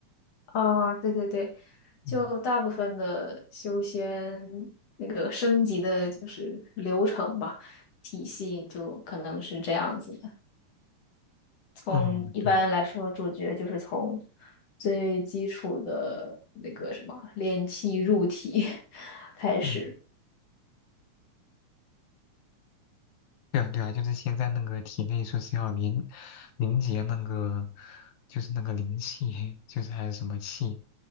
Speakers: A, on the left; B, on the left.
A: 啊，对对对，
B: 嗯，
A: 就大部分的修仙那个升级的就是流程吧，体系就可能是这样子的。从一般来说，
B: 哦，对，
A: 主角就是从最基础的那个什么练气入体 <laughs> 开始。
B: 嗯。对啊，对啊，就是先在那个体内说是要凝凝结那个，就是那个灵气，就是还是什么气，